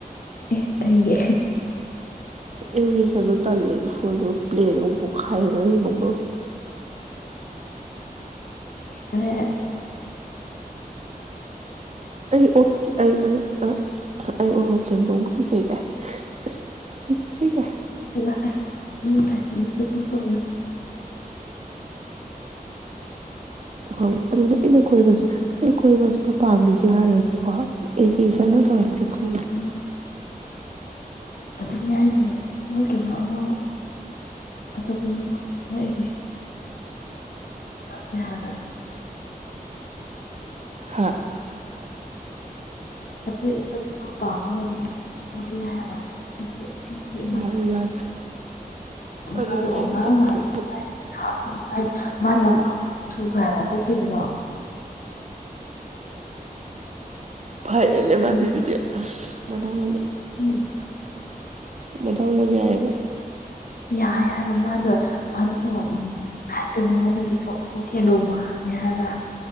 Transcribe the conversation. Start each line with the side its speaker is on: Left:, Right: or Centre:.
Left: ꯑꯦ ꯀꯩꯌꯦ
Right: ꯑꯦꯃꯤ ꯁꯅ ꯇ ꯂꯩ ꯁꯣꯏꯅ ꯄ꯭ꯂꯦꯔꯕꯨ ꯈꯥꯏ ꯉ ꯀꯃ
Left: ꯑ
Right: ꯣꯠꯂꯤ ꯅꯣꯡ ꯀꯤꯁꯦꯒꯤꯁꯁꯤꯒ
Left: ꯂꯦ ꯅ ꯊꯥꯏ ꯐ
Right: ꯍ ꯑꯗꯨꯅ ꯑꯩꯅ ꯀꯣꯏꯕꯁ ꯑꯩꯅ ꯀꯣꯏꯕ ꯆꯠꯄ ꯄꯥꯝꯃꯤꯁꯦ ꯍꯥꯏꯔꯨꯔꯗꯤꯀꯣ ꯑꯦꯚꯁꯟ ꯇꯧꯔ ꯆꯠꯄ ꯇ
Left: ꯎꯝ ꯑꯗꯨꯅꯦ ꯍꯥꯏꯁꯦ ꯃꯣꯏ ꯀꯩꯅꯣ ꯑꯃ ꯑꯇꯣꯞꯄ ꯍꯥꯏ ꯋꯥ ꯑꯦ ꯀꯁ ꯍꯥꯏ
Right: ꯍꯥ
Left: ꯆꯄꯦ ꯆꯠꯄꯗꯣ ꯄꯥꯝꯃꯒꯗꯤ ꯑꯩ ꯍꯥꯏꯕ ꯍꯥꯏꯗꯤ ꯑꯩꯒꯤꯗꯣ
Right: ꯃꯥꯅ ꯑꯗꯨꯅ
Left: ꯃꯗꯣ
Right: ꯑꯩꯅ
Left: ꯉꯔꯥꯡ
Right: ꯆꯠꯄꯗꯣ
Left: ꯉꯥꯟꯗ ꯂꯥꯏꯔꯒ ꯊꯥꯕ ꯃꯥ ꯂꯝꯁꯨꯨ ꯈꯔꯒ ꯆꯠꯈꯤꯕꯗꯣ
Right: ꯐꯔꯦꯅꯦ
Left: ꯑꯗꯨꯒꯤꯅꯦ
Right: ꯃꯥꯥꯟꯗꯦ ꯑꯗꯨꯗꯤ ꯃꯊ <inaudible>
Left: ꯎꯝ
Right: ꯃꯗꯕꯏꯑꯕ
Left: ꯌꯥꯏ ꯍꯥꯏꯕ ꯃꯥꯗꯣ ꯃꯥꯒꯤꯁꯨ ꯍꯥꯏꯇ ꯅꯉꯣꯟꯗꯒꯤꯁꯨ ꯑꯃꯨꯛ ꯍꯦꯟꯅ ꯋꯥꯡꯉꯦ ꯍꯥꯏꯕ